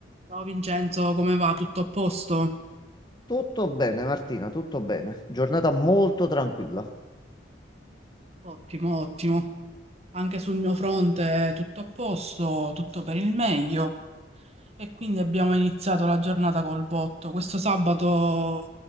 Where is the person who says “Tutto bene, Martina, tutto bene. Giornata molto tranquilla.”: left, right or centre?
Left